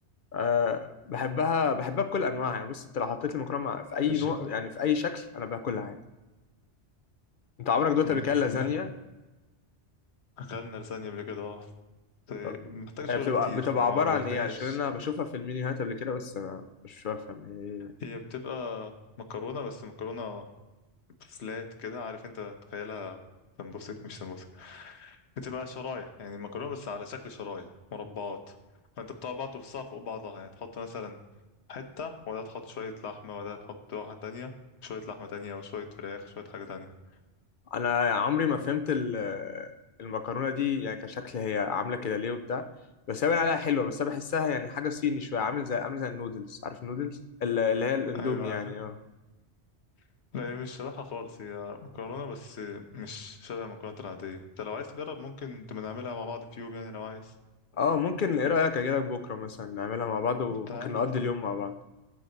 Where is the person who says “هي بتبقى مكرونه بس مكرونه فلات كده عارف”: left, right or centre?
Left